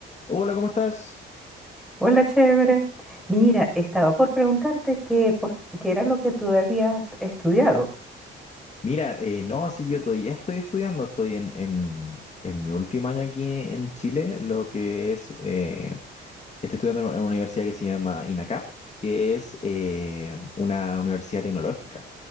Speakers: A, on the left; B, in the centre.
A: Hola, ¿cómo estás?
B: Hola, chévere. Mira, estaba por preguntarte qué, por, qué era lo que tú habías estudiado.
A: Mira, eh, no, sí, yo todavía estoy estudiando, estoy en, en, en mi último año aquí en Chile, lo que es, eh, estoy estudiando en una universidad que se llama INACAP, que es eh, una universidad tecnológica.